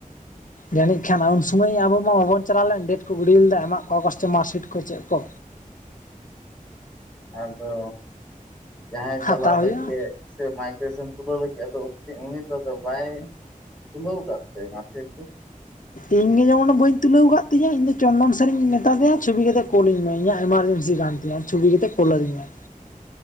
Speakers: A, on the left (about 65°); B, in the centre.
A: ᱡᱟᱹᱱᱤᱡ ᱠᱷᱟᱱ ᱩᱱ ᱥᱩᱚᱢᱟᱹᱭ ᱟᱵᱚ ᱢᱟ ᱵᱟᱵᱚᱱ ᱪᱟᱞᱟᱣ ᱞᱮᱱ ᱰᱮᱴ ᱠᱚ ᱜᱤᱰ ᱞᱮᱫᱟ ᱮᱢᱟᱜ ᱠᱚᱣᱟ ᱠᱚ ᱥᱮ ᱢᱟᱨᱥᱤᱴ ᱠᱚ ᱪᱮᱫ ᱠᱚ?
B: ᱟᱫᱚ ᱡᱟᱦᱟᱸᱭ
A: ᱦᱟᱛᱟᱣ
B: ᱪᱟᱞᱟᱜ ᱞᱟᱹᱜᱤᱫ
A: ᱦᱩᱭᱩᱜᱼᱟ
B: ᱮ ᱥᱮ ᱢᱟᱭᱠᱨᱮᱥᱚᱱ ᱛᱩᱞᱟᱹᱣ ᱞᱟᱹᱜᱤᱫ ᱟᱫᱚ ᱚᱠᱚᱛᱤ ᱩᱱᱤ ᱫᱚ ᱵᱟᱭ ᱛᱩᱞᱟᱹᱣ ᱟᱠᱟᱫ ᱛᱮ ᱢᱟᱨᱥᱤᱴ ᱫᱚ?
A: ᱤᱧ ᱜᱮ ᱡᱮᱢᱚᱱ ᱵᱟᱹᱧ ᱛᱩᱞᱟᱹᱣ ᱟᱠᱟᱫ ᱛᱤᱧᱟᱹ ᱤᱧ ᱫᱚ ᱪᱚᱱᱫᱚᱱ ᱥᱮᱱ ᱤᱧ ᱢᱮᱛᱟᱫᱮᱭᱟ ᱪᱷᱚᱵᱤ ᱠᱟᱛᱮ ᱠᱚᱞ ᱤᱧ ᱢᱮ ᱤᱧᱟᱹᱜ ᱮᱢᱟᱨᱡᱮᱱᱥᱤ ᱜᱟᱱ ᱤᱧᱟᱜ ᱪᱷᱩᱵᱤ ᱠᱟᱛᱮᱫ ᱠᱚᱞ ᱤᱧ ᱢᱮ ᱾